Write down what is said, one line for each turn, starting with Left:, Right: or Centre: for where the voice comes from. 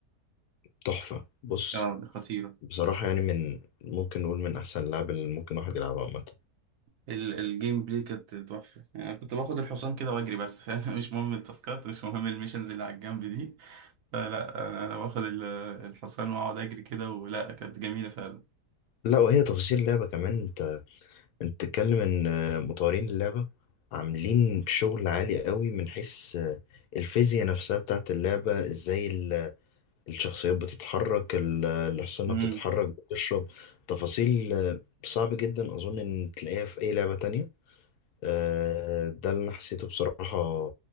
Left: تحفه بص
Right: اه خطيرة
Left: بصراحه يعني من ممكن نقول من احسن اللعب اللي ممكن واحد يلعبها عامه
Right: ال- الجيم بلاي كانت تحفة يعني أنا كنت باخد الحصان كده وأجري بس فاهم <laughs> مش مهم التاسكات مش مهم الميشنز اللي على الجنب دي فلا أنا أنا باخد ال- الحصان وأقعد أجري كده ولا كانت جميلة فعلا
Left: لا وهي تفاصيل اللعبة كمان انت بتتكلم ان آه، مطورين اللعبة عاملين شغل عالي قوي من حيث آه، الفيزياء نفسها بتاعت اللعبة ازاي ال- الشخصيات بتتحرك ال- الحصانة
Right: امم
Left: بتتحرك بتشرب تفاصيل آه، صعب جدا اظن ان تلاقيها في اي لعبة تانية آه، ده اللي انا حسيته بصراحة